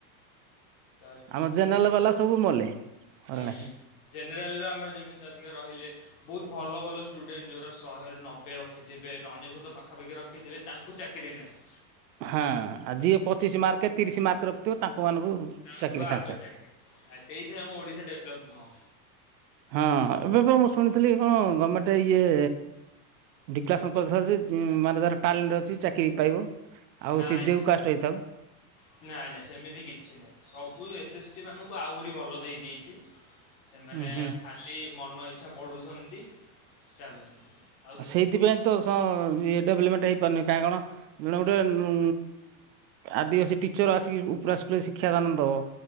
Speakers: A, on the left (about 35°); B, on the right (about 85°).
A: ତ ସେମିତି
B: ଆମ ଜେନାଲ
A: ଆଉ
B: ବାଲା ସବୁ ମଲେ। ହଇରାଣ
A: ହୁଁ
B: ହେଇ।
A: ଜେନେରାଲର ଆମର ଯେମିତି ଅଧିକ ରହିଲେ ବହୁତୁ ଭଲ ଭଲ ଷ୍ଟୁଡେଣ୍ଟ ଯୋଉ ଶହେରୁ ନବେ ରଖିଥିବେ ଅନନେଶତ ପାଖାପାଖି ରଖିଥିବେ ତାଙ୍କୁ ଚାକିରି ନାଇଁ।
B: ହାଁ ଆ ଯିଏ ପଚିଶି ମାର୍କ ତିରିଶି ମାର୍କ ରଖିଥିବ ତାଙ୍କ ମାନଙ୍କୁ
A: ତାଙ୍କ
B: ଚାକିରି ସାଙ୍ଗେ
A: ଆଗ
B: ସାଙ୍ଗେ।
A: ଆ ସେଇଥିରେ ଆମ ଓଡିଶା ଡେଭଲପ ନୁହଁ।
B: ହଁ ଏବେ ପା ମୁଁ ଶୁଣିଥିଲି କଣ ଗମେଣ୍ଟ ଇଏ ଡିକ୍ଲାରସନ କରିଥିଲା ଯେ ମାନେ ଯାର ଟ୍ୟାଲେଣ୍ଟ ଅଛି ଚାକିରି ପାଇବ। ଆଉ
A: ନାଇଁ
B: ସେ ଯେଉ
A: ନାଇଁ
B: କାଷ୍ଟ ହେଇଥାଉ।
A: ନାଇଁ ସେମିତି କିଛି ନାଇଁ। ସବୁ ଏସ ଏସ୍ ଟି ମାନଙ୍କୁ ଆହୁରି ଭଲ ଦେଇ ଦେଇଚି। ସେମାନେ
B: ଉଁ ହୁଁ
A: ଖାଲି ମନ ଇଛା ପଢୁଛନ୍ତି ଚାଲୁଛନ୍ତି। ଆଉ କିଛି
B: ସେଇଥିପାଇଁ ତ ସ ଇଏ ଡେଭଲପମେଣ୍ଟ ହେଇପାରୁନି କାହିଁ କଣ ଜଣେ
A: ନାହିଁ।
B: ଗୋଟେ ଉ ଆଦିବାସୀ ଟିଚର ଆସିକି ଉପ୍ରା ସ୍କୁଲରେ ଶିକ୍ଷାଦାନ ଦବ।